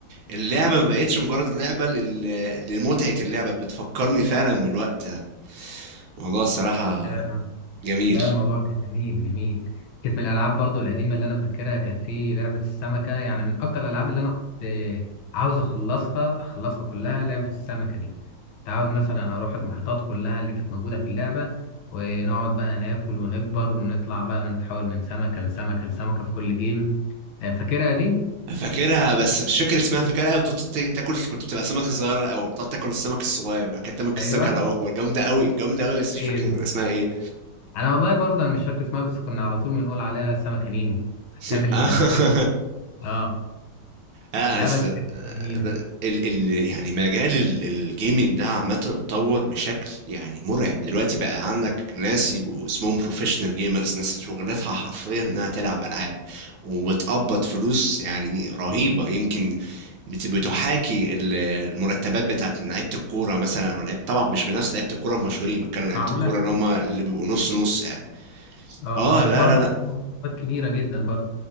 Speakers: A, on the right; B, on the left.
A: اللعبه ما بقتش مجرد لعبه لل... لمتعه اللعبه بتفكرني فعلا بالوقت ده الموضوع الصراحه
B: فعلا.
A: جميل
B: لا الموضوع كان جميل جميل كانت من الالعاب برضو القديمه اللي انا فاكرها كانت في لعبه السمكه يعني من اكتر الالعاب اللي انا كنت عاوز اخلصها اخلصها كلها لعبه السمكه دي كنت عاوز مثلا اروح المحيطات كلها اللي كانت موجوده في اللعبه ونقعد بقى ناكل ونكبر ونطلع بقى بنتحول من سمكه لسمكه لسمكه في كل جيم آه، فاكرها دي
A: فاكرها بس مش فاكر اسمها فاكرها ايوه بتقعد تا- تاكل كنت بتبقى سمكه صغيره الاول تقعد تاكل السمك الصغير بعد كده تاكل السمكه
B: ايوه
A: الاكبر جامده قوي جامده قوي بس مش
B: هي
A: فاكر
B: دي
A: اسمها ايه
B: انا والله برضه انا مش فاكر اسمها بس كنا على طول بنقول عليها سمكة نيمو <laughs>
A: <laughs>
B: عشان ال اه
A: اه
B: لا
A: أس-
B: بس كانت
A: آه،
B: جميلة
A: ب- ال ال يعني مجال ال- الجيمنج ده عامة اتطور بشكل يعني مرعب دلوقتي بقى عندك ناس يبقوا اسمهم بروفيشنال جيمرز ناس شغلتها حرفيا انها تلعب العاب وبتقبض فلوس يعني رهيبة يمكن بت- بتحاكي ال- المرتبات بتاعت لعيبة الكورة مثلا او لعيبة طبعا مش بنفس لعيبة الكورة المشهورين بتكلم عن لعيبة
B: معقولة
A: الكورة اللي هم اللي بيبقوا نص نص يعني
B: اه
A: اه
B: بس
A: لا
B: برضه
A: لا لا
B: مسابقات كبيرة جدا برضه